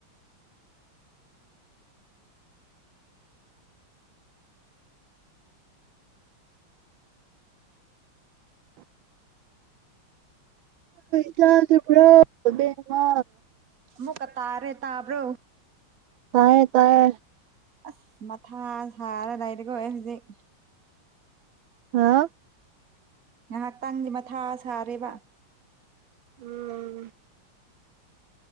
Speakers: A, on the right (about 70°); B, on the right (about 45°).
A: <inaudible> ꯇꯥꯗꯕ꯭ꯔꯣ ꯑꯕꯦꯝꯃ
B: ꯃꯨꯛꯀ ꯇꯥꯔꯦ ꯇꯥꯕ꯭ꯔꯣ
A: ꯇꯥꯏꯌꯦ ꯇꯥꯏꯌꯦ
B: ꯑꯁ ꯃꯊꯥ ꯁꯥꯔ ꯂꯩꯔꯦꯀꯣ ꯑꯩ ꯍꯧꯖꯤꯛ
A: ꯍꯥꯥ
B: ꯉꯥꯏꯍꯥꯛꯇꯪꯗꯤ ꯃꯊꯥ ꯁꯥꯔꯦꯕ
A: ꯎꯝ